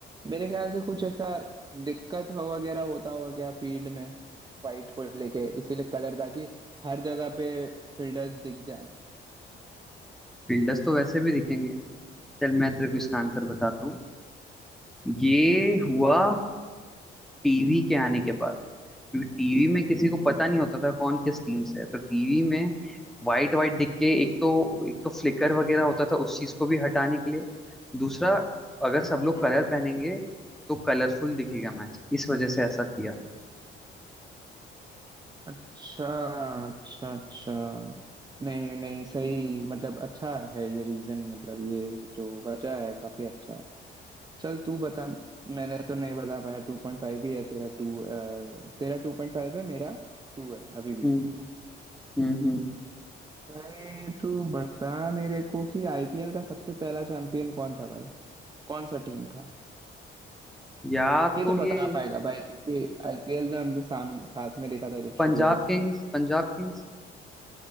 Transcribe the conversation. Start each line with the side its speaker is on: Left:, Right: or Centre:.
Right: मेरे ख्याल से कुछ ऐसा दिक्कत हो वगैरह होता होगा क्या फील्ड में वाइट को लेके इसीलिए कलर ताकि हर जगह पे फील्डर्स दिख जाएं
Centre: फील्डर्स तो वैसे भी दिखेंगे चल मैं तेरे को इसका आंसर बताता हूँ ये हुआ
Right: बता
Centre: टीवी के आने के बाद क्योंकि टीवी में किसी को पता नहीं होता था कौन किस टीम से है तो टीवी में वाइट वाइट दिख के एक तो एक तो फ्लिकर वगैरह होता था उस चीज को भी हटाने के लिए दूसरा अगर सब लोग
Right: हम्म।
Centre: कलर पहनेंगे तो कलरफुल दिखेगा मैच इस वजह से ऐसा किया है
Right: अच्छा अच्छा अच्छा नहीं नहीं सही मतलब अच्छा है ये रीजन मतलब ये जो वजह है काफी अच्छा है चल तू बता मैंने तो नहीं बता पाया टू पॉइंट फाइव ही है तेरा टू तेरा टू पॉइंट फाइव है मेरा टू है अभी भी
Centre: हम्म हम्म हम्म।
Right: भाई तू बता मेरे को कि आईपीएल का सबसे पहला चैंपियन कौन था भाई कौन सा टीम था
Centre: या तो
Right: ये तो बता
Centre: ये
Right: पाएगा भाई क्योंकि आईपीएल ने हम तो सामने साथ में देखा था जब
Centre: पंजाब
Right: शुरू हुआ
Centre: किंग्स
Right: था तो
Centre: पंजाब किंग्स